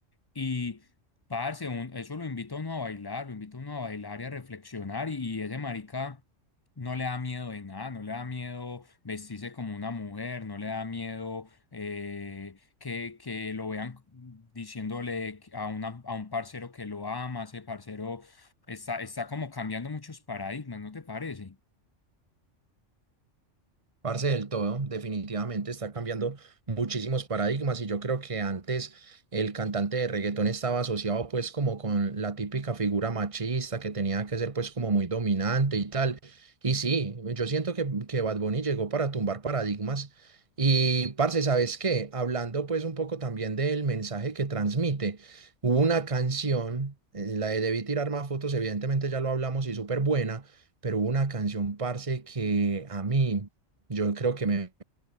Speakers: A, on the left; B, on the right.
A: Y, parce, un- eso lo invito a uno a bailar, lo invito a uno a bailar y a reflexionar y, y ese marica no le da miedo de nada, no le da miedo vestirse como una mujer, no le da miedo eh, que, que lo vean diciéndole a, una, a un parcero que lo ama, ese parcero está, está como cambiando muchos paradigmas, ¿no te parece?
B: Parce del todo, definitivamente está cambiando muchísimos paradigmas y yo creo que antes el cantante de reggaetón estaba asociado pues como con la típica figura machista que tenía que ser pues como muy dominante y tal. Y sí, yo siento que, que Bad Bunny llegó para tumbar paradigmas y parce, ¿sabes qué? Hablando pues un poco también del mensaje que transmite, hubo una canción, eh, la de Debí tirar más fotos, evidentemente ya lo hablamos y súper buena. Pero hubo una canción, parce, que a mí yo creo que me